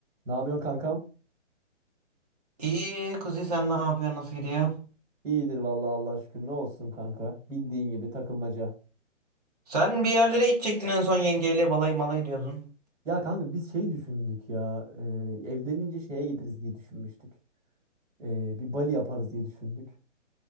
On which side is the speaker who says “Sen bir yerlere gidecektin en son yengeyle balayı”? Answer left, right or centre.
Right